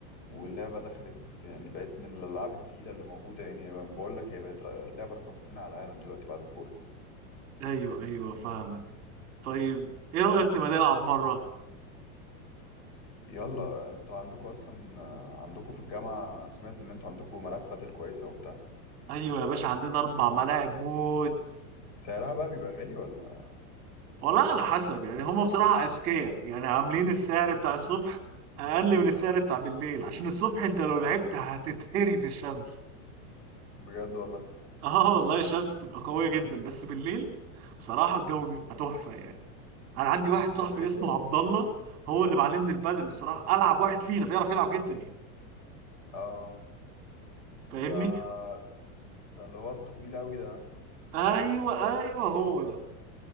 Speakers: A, on the left; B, on the right.
A: واللعبة دخلت يعني بقت من الألعاب التقيلة اللي موجودة يعني بقول لك هي بقت ر- اللعبة رقم اتنين على العالم دلوقتي بعد الكورة
B: ايوه ايوه فاهمك طيب ايه رايك نبقى نلعب مره
A: يلا انتوا عندكوا أصلا آه، عندكوا في الجامعة سمعت إن انتوا عندكوا ملاعب بادل كويسة وبتاع
B: ايوه يا باشا عندنا اربع ملاعب موت
A: سعرها بقى بيبقى غالي ولا
B: والله على حسب يعني هم بصراحه اذكياء يعني عاملين السعر بتاع الصبح اقل من السعر بتاع بالليل عشان الصبح انت لو لعبت هتتهري في الشمس
A: بجد والله
B: اه والله الشمس تبقى قويه جدا بس بالليل بصراحه الجو بيبقى تحفه يعني انا عندي واحد صاحبي
A: طب حلو
B: اسمه
A: أوي
B: عبد
A: ده
B: الله هو اللي معلمني البادل بصراحه العب واحد فينا بيعرف يلعب جدا يعني
A: اه
B: فاهمني
A: ده ده اللي هو الطويل أوي ده
B: ايوه ايوه هو ده